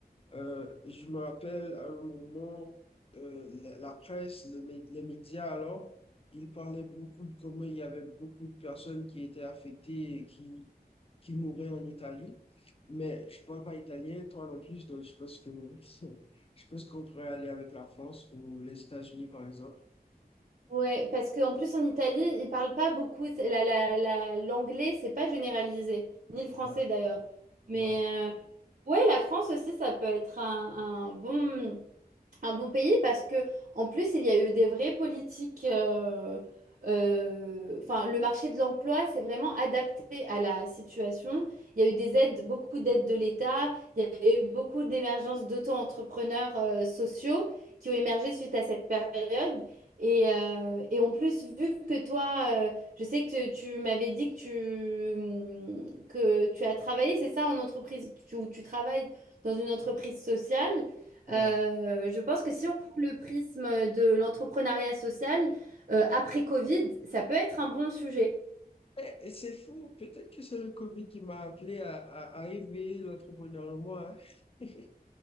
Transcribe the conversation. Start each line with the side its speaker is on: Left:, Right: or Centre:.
Left: euh, je me rappelle à un moment, euh, la, la presse, le mé- les médias alors, ils parlaient beaucoup de comment il y avait beaucoup de personnes qui étaient affectées et qui, qui mouraient en Italie. Mais je ne parle pas italien, toi non plus, donc je pense que <laughs> je pense qu'on pourrait aller avec la France ou les États-Unis, par exemple.
Right: Ouais, parce qu'en plus en Italie, ils parlent pas beaucoup. c'est- La, la, la- l'anglais, c'est pas généralisé, ni le français
Left: Ouais,
Right: d'ailleurs. Mais
Left: ouais,
Right: euh, ouais, la France aussi, ça peut être un, un bon un bon pays parce que en plus il y a eu des vraies politiques euh, euh, enfin le marché de l'emploi s'est vraiment adapté à la situation il y a eu des aides beaucoup d'aides de l'État il y a eu beaucoup d'émergences d'auto-entrepreneurs euh, sociaux qui ont émergé suite à cette période Et, euh, et en plus, vu que toi, euh, je sais que tu m'avais dit que tu, hum, que tu as travaillé, c'est ça, en entreprise, tu- où tu travailles dans une entreprise sociale.
Left: ouais.
Right: Euh, je pense que si on prend le prisme de l'entrepreneuriat social, euh, après Covid, ça peut être un bon sujet.
Left: Eh, Et c'est fou, peut-être que c'est le Covid qui m'a appelé à, à, à éveiller l'entrepreneur en moi. hein. <laughs>